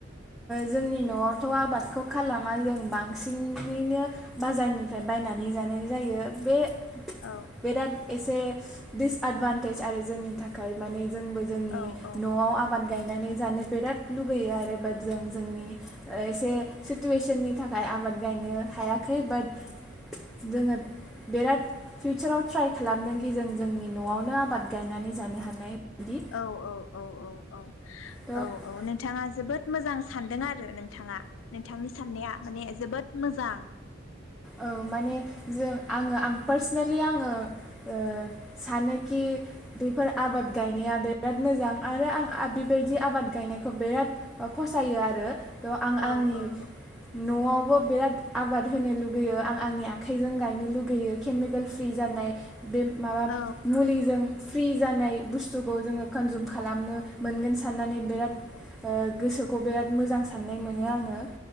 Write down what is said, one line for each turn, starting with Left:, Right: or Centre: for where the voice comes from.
Centre: जोंनि न'आवथ' आबादखौ खालामा जों बांसिनैनो बाजारनिफ्राय बायनानै जानाय जायो। बे
Left: औ
Centre: बेराद एसे दिसएदभान्टेज आरो जोंनि थाखाय माने जोंबो जोंनि
Left: औ औ
Centre: न'आव आबाद गायनानै जानो बिराद लुगैयो आरो बाट जों जोंनि एसे सिटुवेसननि थाखाय आबाद गायनो हायाखै। बाट जोङो बिराद फिउचाराव ट्राइ खालामदोंखि जों जोंनि न'आवनो आबाद गायनानै जानो हानाय। बिदि
Left: औ औ औ औ औ।
Centre: थ'
Left: औ औ नोंथाङा जोबोद मोजां सानदों आरो नों थाङा नोंथांनि साननाया माने जोबोद मोजां
Centre: औ माने जों आङो आं पार्सनेलि आङो, ओ सानोखि बेफोर आबाद गायनाया बिराद मोजां। आरो आं बेबायदि आबाद गायनायखौ बिराद ओ फसायो आरो। थ' आं
Left: औ
Centre: आंनि
Left: औ
Centre: न'आवबो बिराद आबाद होनो लुब होयो आं आंनि आखाइजों गाय लुगैयो केमिकेल फ्रि जानाय बे माबा
Left: औ
Centre: मुलिजों फ्रि जानाय बुस्थुखौ जोङो कनजुम खालामनो मोनगोन साननानै बिराद, ओ गोसोखौ बिराद मोजां साननाय मोनो आङो।